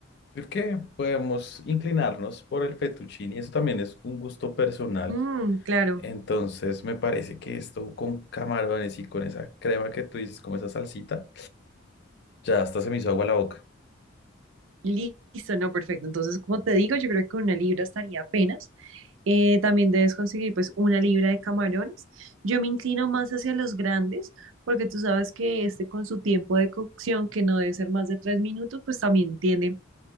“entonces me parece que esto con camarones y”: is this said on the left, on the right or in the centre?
Left